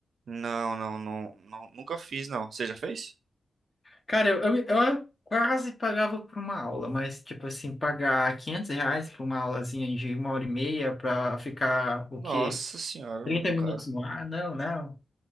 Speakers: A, on the right; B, on the left.
A: Não, não, não, não, nunca fiz, não. Você já fez?
B: Cara, eu, eu, eu quase pagava por uma aula, mas, tipo assim, pagar 500 reais por uma aulazinha de uma hora e meia pra ficar,
A: Nossa
B: o quê?
A: senhora,
B: trinta
A: é muito
B: minutos
A: caro.
B: no ar? Não, não.